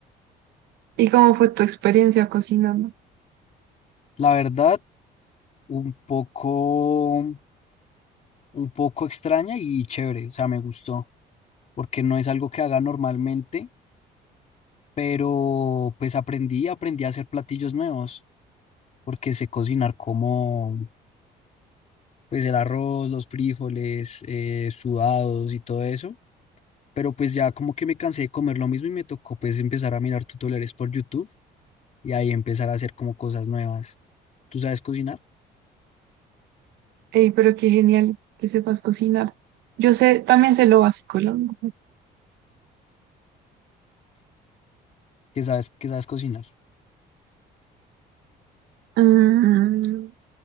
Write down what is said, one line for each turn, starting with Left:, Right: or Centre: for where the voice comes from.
Right: ¿y cómo fue tu experiencia cocinando?
Left: La verdad, un poco, un poco extraña y chévere. O sea, me gustó. Porque no es algo que haga normalmente, pero pues aprendí, aprendí a hacer platillos nuevos. Porque sé cocinar como, pues, el arroz, los frijoles, eh, sudados y todo eso. Pero pues ya como que me cansé de comer lo mismo y me tocó pues empezar a mirar tutoriales por YouTube y ahí empezar a hacer como cosas nuevas. ¿Tú sabes cocinar?
Right: Ey, pero qué genial que sepas cocinar. Yo sé, también sé lo básico, la verdad.
Left: ¿Qué sabes, qué sabes cocinar?
Right: Mm,